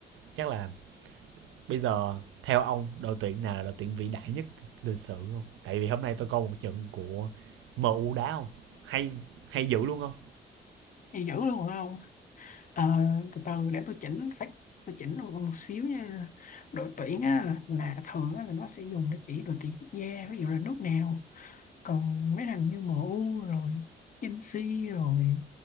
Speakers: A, on the right; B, on the left.
A: Chắc là bây giờ theo ông đội tuyển nào là đội tuyển vĩ đại nhất lịch sử không Tại vì hôm nay tôi coi một trận của MU đá không hay hay dữ luôn không
B: Gì dữ luôn hả ông? Ờ, từ từ để tôi chỉnh phát tôi chỉnh một, một xíu nha đội tuyển á, là thường á, là nó sẽ dùng để chỉ đội tuyển quốc gia ví dụ là nước nào còn mấy thằng như MU rồi Chelsea rồi